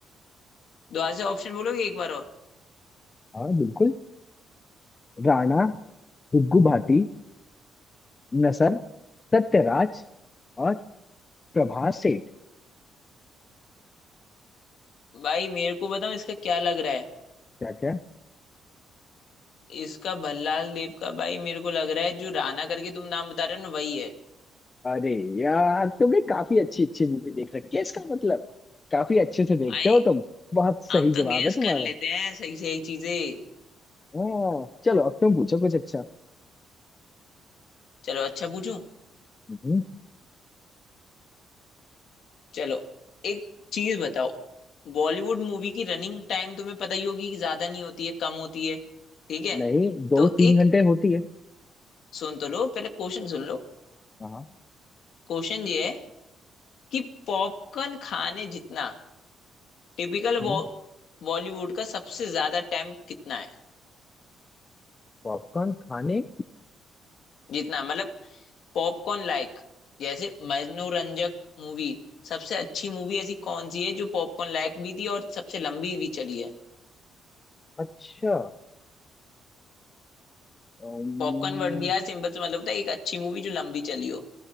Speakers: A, on the left; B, on the left.
A: दोबारा से ऑप्शन बोलोगे एक बार और
B: हाँ बिल्कुल राणा दुग्गू भाटी नसर सत्यराज और प्रभास सेठ
A: भाई मेरे को बताओ इसका क्या लग रहा है
B: क्या क्या
A: इसका भल्लाल देव का भाई मेरे को लग रहा है जो राणा करके तुम नाम बता रहे हो ना वही है
B: अरे यार तुमने काफी अच्छी अच्छी मूवी देख रखी है इसका मतलब काफी अच्छे से देखते
A: भाई
B: हो तुम बहुत सही
A: हम
B: जवाब
A: तो गैस
B: है तुम्हारा
A: कर लेते हैं सही सही चीजें
B: हाँ चलो अब तुम पूछो कुछ अच्छा
A: चलो अच्छा पूछूं
B: हम्म,
A: चलो एक चीज बताओ बॉलीवुड मूवी की रनिंग टाइम तुम्हें पता ही होगी कि ज्यादा नहीं होती है कम होती है ठीक है
B: नहीं दो
A: तो
B: तीन
A: एक
B: घंटे होती है
A: सुन तो लो पहले क्वेश्चन सुन लो
B: हाँ
A: क्वेश्चन ये है कि पॉपकॉर्न खाने जितना टिपिकल बॉलीवुड
B: हम्म,
A: का सबसे ज्यादा टाइम कितना है
B: पॉपकॉर्न खाने
A: जितना मतलब पॉपकॉर्न लाइक जैसे मनोरंजक मूवी सबसे अच्छी मूवी ऐसी कौन सी है जो पॉपकॉर्न लाइक भी थी और सबसे लंबी भी चली है
B: अच्छा अम्म,
A: पॉपकॉर्न वर्ड दिया सिंपल से मतलब होता है एक अच्छी मूवी जो लंबी चली हो